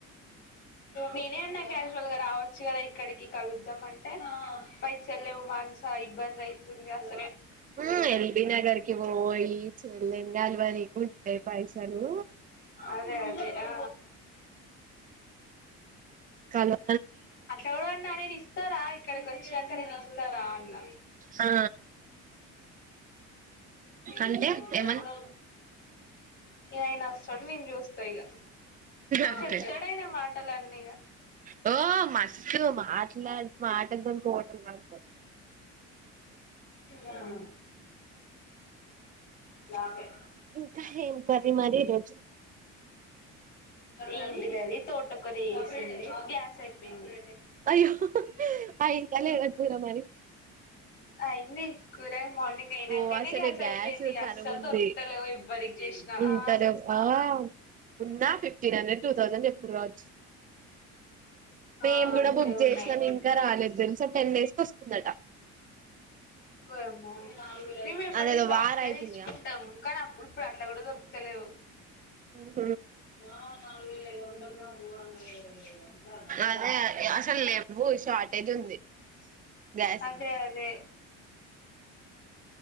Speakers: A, on the left; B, on the right.
A: నేనే అన్నా క్యాజువల్ గా రావచ్చు కదా ఇక్కడికి కలుద్దాం అంటే పైసలు లేవు మానసా ఇబ్బంది అయ్తుంది అసలు
B: ఉ ఎల్బి నగరకి పోయి చెల్లెన్ గలవని కుంటయి పైసలు
A: అదే అదే ఆ
B: కలో
A: అట్ల కూడా అన్న నేను ఇస్తారా ఇక్కడికి వచ్చినాక నేను ఇస్తారా అన్న
B: ఆ
A: న
B: అంటే
A: గరవడ
B: ఏమన్
A: ఇగ ఆయన వస్తాడు నేను చూస్త ఇగ
B: అంతే
A: చెప్తాడ ఆయన మాటలన్నీ ఇగ
B: ఓ మస్తు మాట్లాడు మాటలతోని కోటలు పడతారు
A: హమ్ ే
B: ఇంక ఏం కర్రి మరి ఈరోజు
A: ఏంటి దది తోటకూర జెసింది గ్యాస్ చెప్పింది
B: అయ్యో అయిందా లేదా కూర మరి
A: అయింది కుర ఏం మార్నింగ్ అయినకనే
B: ఓ అసలే
A: గ్యాస్ అయిపోయింది
B: కరువు
A: అస్సలు
B: ఉంది
A: దొరుకుతలేవు ఎవ్వరికి జేసిన
B: ఉంటరు
A: ఆ
B: ఆ ఉన్నా ఫిఫ్టీన్ హండ్రెడ్ టూ థౌజండ్ చెప్తురు కావచ్చు మేము
A: ఆ
B: కూడా
A: అంతే
B: బుక్
A: ఉన్నాయి
B: చేసినం ఇంకా రాలేదు తెల్సా టెన్ విసుగ్ వస్తుందట
A: ఓయమ్మో మేము ఎప్పటికి
B: అదేదో
A: బ్లాక్
B: వార్
A: లో
B: అయితుందిగా
A: తీసుకుంటాము కానీ ప్పుడు ఇప్పుడు అట్లా కూడా దొరుకుతలేవు
B: ఉ
A: ఆ నాలుగు వేల వందర పోర అంట అందద
B: అదే
A: అమ్ల
B: అసలు లేవు షార్టేజ్ ఉంది గ్యాస్
A: అదే అదే